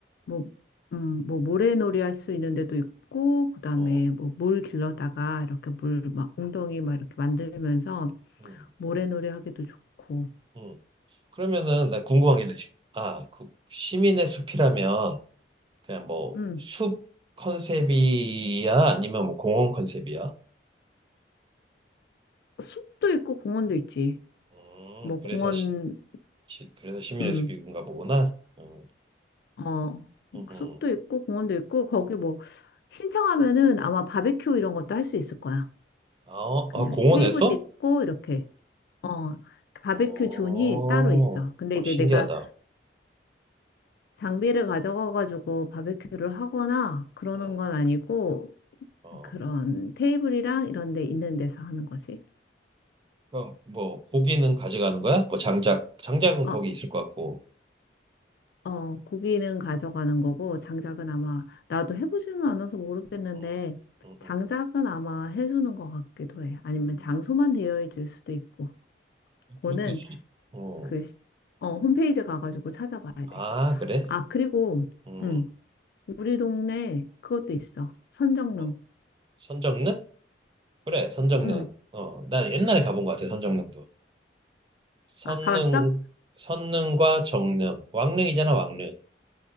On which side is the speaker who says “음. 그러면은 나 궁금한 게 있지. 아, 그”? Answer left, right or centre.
Right